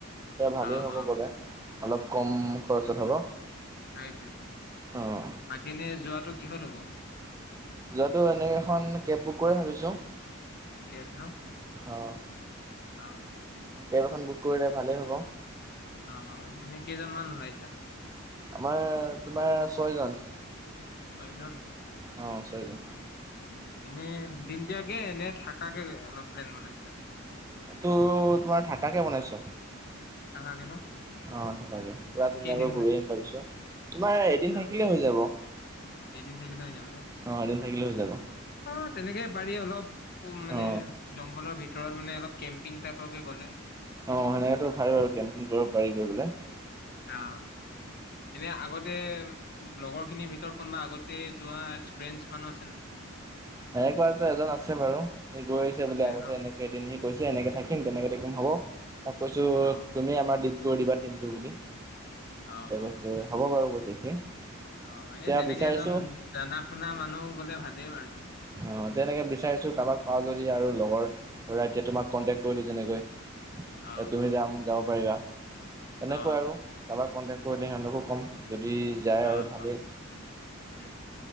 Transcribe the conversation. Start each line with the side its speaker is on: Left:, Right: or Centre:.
Right: এতিয়া ভালেই
Left: অ',
Right: হ'ব
Left: অ',
Right: গ'লে, অলপ কম খৰচত হ'ব।
Left: আগ
Right: অঁ
Left: দিনে যোৱাটো কিহত হ'ব?
Right: যোৱাটো এনে এখন কেব বুক কৰিম ভাবিছোঁ।
Left: কেব ন?
Right: অঁ।
Left: অ।
Right: কেব এখন বুক কৰিলে ভালেই হ'ব।
Left: অ এনেই কেইজনমান ওলাইছা?
Right: আমাৰ তোমাৰ ছয়জন।
Left: ছয়জন?
Right: অঁ ছয়জন
Left: এনে দিনটিয়াকে নে থাকাকে প্লেন বনাইছা?
Right: টো তোমাৰ থাকাকে বনাইছো।
Left: থাকাকে ন?
Right: অ থাকাকে, পুৰা ধুনীয়াকৈ
Left: কেইদিন
Right: ঘূৰি
Left: মান?
Right: আহিম ভাবিছো। তোমাৰ এদিন থাকিলে
Left: অ',
Right: হৈ যাব, অ
Left: এদিন থাকিলে হৈ যাব ন?
Right: এদিন থাকিলে হৈ যাব।
Left: অ তেনেকে পাৰি অলপ উ মানে
Right: অ
Left: জংঘলৰ ভিতৰত মানে অলপ কেম্পিং টাইপৰকৈ গ'লে।
Right: অ সেনেকেতো ভালে হ'ল কেম্পিং কৰিব পাৰি গৈ পেলাই।
Left: অ, এনে আগতে লগৰ খিনিৰ ভিতৰত কোনোবা আগতে যোৱা
Right: এনেকুৱাতো এজন আছে বাৰু, সি গৈ আহিছে
Left: আছে
Right: বোলে আগতে
Left: ন
Right: এনেক এদিন সি কৈছে এনেকৈ থাকিম তেনেকৈ থাকিম হ'ব, তাক কৈছোঁ
Left: অ
Right: তুমি আমাৰ দি কৰি দিবা টিমটো বুলি,
Left: অ
Right: তাই
Left: অ
Right: কৈছে হ'ব বাৰু কৈছে সি।
Left: অ
Right: এতিয়া
Left: এই তেনেকে
Right: বিচাৰিছো
Left: এজন জানা শুনা মানুহ গলে ভালেই বাৰু।
Right: অ তেনেকৈ বিচাৰিছোঁ কাৰোবাক পাওঁ যদি আৰু লগৰ ল'ৰা এতিয়া তোমাক কণ্টেক্ট কৰিলোঁ যেনেকৈ।
Left: অ
Right: এ তুমি
Left: অ
Right: যাম যাব পাৰিবা, তেনেকৈ
Left: অ
Right: আৰু কাৰোবাক কন্টেক্ট কৰিলে সিহঁতকো ক'ম। যদি যায়
Left: অ,
Right: আৰু ভালেই
Left: অ, উম,